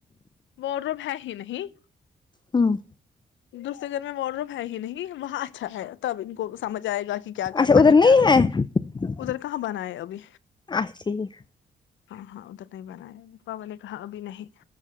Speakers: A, on the left (about 85°); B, on the left (about 25°).
A: و روم ہے ہی نہیں
B: ہوں
A: دوسرے گھر میں وار رووم ہے ہی نہیں وہاں اچھا ہے تب ان کو سمجھ آئے گا کہ کیا کرنا
B: اچھا ادھر
A: کیا
B: نہیں ہے <unintelligible>
A: ادھر کہاں بناائے ابھی
B: بس ٹھیک
A: ہاں ہاں اب تک نہیں بنایا بابا نے کہا ابھی نہیں